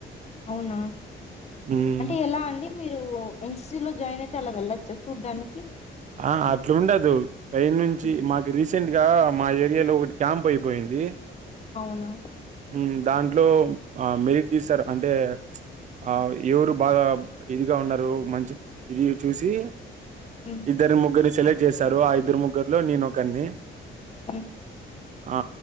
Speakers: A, on the left (about 35°); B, on the right (about 40°).
A: అవునా
B: మ్మ్
A: అంటే ఎలా అండి మీరు ఎన్సిలో జాయిన్ అయి అలా వెళ్లొచ్చా చూడ్డానికి
B: ఆ అట్లుండదు పైన్ నుంచి
A: హ్మ్.
B: మాకు రీసెంట్ గా మా ఏరియాలో ఒకటి క్యాంప్ అయిపోయింది. ది
A: అవునా
B: ఉమ్ దాంట్లో ఆ మెరిట్ తీసారు అంటే ఆ ఎవరు బాగా ఇదిగా ఉన్నారు మంచి ఇది చూసి
A: ఉమ్
B: ఇద్దరు ముగ్గురు సెలెక్ట్ చేశారు ఆ ఇద్దరు ముగ్గురులో నేనొకొరిని
A: ఉమ్
B: ఆ